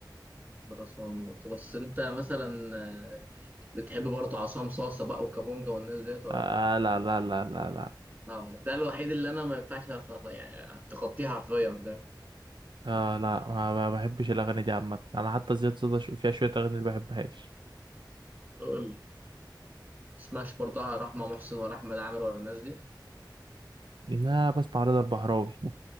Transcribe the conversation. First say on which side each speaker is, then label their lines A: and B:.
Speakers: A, on the right; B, on the right.
A: بالاسوان برضه بس انت مثلا آه، بتحب برضه عصام صاصة بقى وكابونجا والناس ديت ولا
B: آه
A: لا؟
B: لا لا لا لا لا
A: لا ده الوحيد اللي انا ما ينفعش أتخ- يعني تخطيه حرفيا ده
B: آه لا ما ما بحبش الاغاني دي عامه انا حتى زياد صدى شو- فيها شويه اغاني اللي بحبهاش
A: بقول لك. تسمعش برضه آه، رحمة محسن ولا احمد عامر ولا الناس دي
B: لا بسمع رضا البحراوي